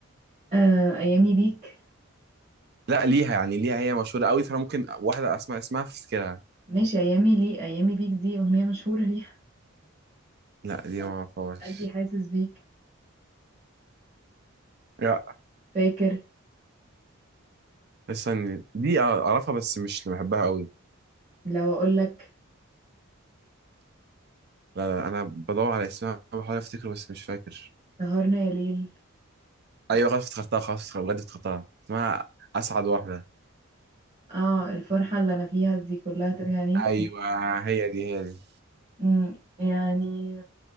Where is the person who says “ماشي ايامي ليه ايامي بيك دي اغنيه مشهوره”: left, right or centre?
Right